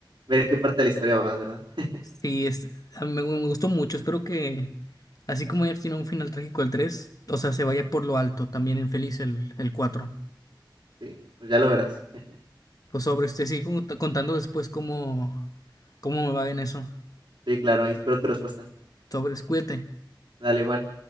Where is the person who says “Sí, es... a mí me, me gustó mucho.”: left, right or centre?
Left